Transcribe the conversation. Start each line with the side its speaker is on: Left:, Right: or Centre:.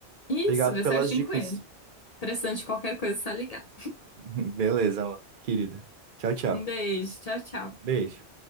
Left: Isso,
Right: Obrigado
Left: vê
Right: pelas
Left: certinho
Right: dicas.
Left: com ele. Precisando de qualquer coisa, é só ligar.
Right: <laughs> Beleza, amor, querida. Tchau, tchau.
Left: Um beijo. Tchau, tchau.
Right: Beijo.